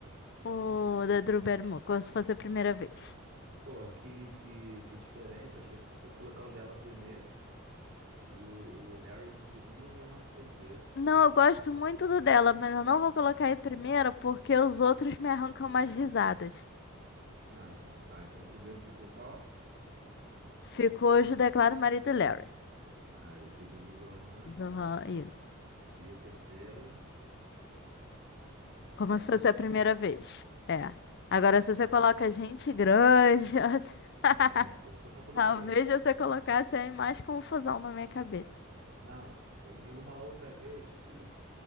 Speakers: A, on the left; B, on the right.
A: o da Drew Barrymore, como se fosse a primeira vez.
B: Pô, que, que, que diferente. Eu achei que tu fosse colocar o dela primeiro, o, o Larry no segundo e o Zohan no terceiro.
A: Não, eu gosto muito do dela, mas eu não vou colocar em primeira porque os outros me arrancam mais risadas.
B: Ah, então tá. Então o primeiro ficou qual?
A: Ficou hoje, declaro marido e Larry.
B: Ah, e o segundo o Zohan.
A: Zohan, isso.
B: E o terceiro?
A: Como
B: O da
A: se
B: Brumarimbá.
A: fosse a primeira vez. É. Agora,
B: Ah,
A: se você coloca gente grande, <laughs>
B: é, por isso que eu não coloquei.
A: talvez você colocasse aí mais confusão na minha cabeça.
B: Não, em uma outra vez. Ih,